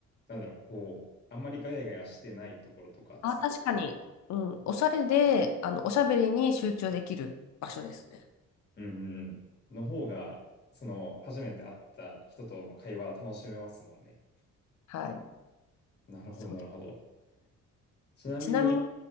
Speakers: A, on the left (about 35°); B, on the left (about 65°).
A: なんだろう、こう、あんまりガヤガヤしてないところとかですかね。
B: あ、確かに。うん。おしゃれで、あの、おしゃべりに集中できる場所ですね。
A: うんうんうん。の方が、その、初めて会った人との会話楽しめますもんね。
B: はい。
A: なるほど、
B: そうで
A: なるほど。ちなみに、
B: す。ちなみに、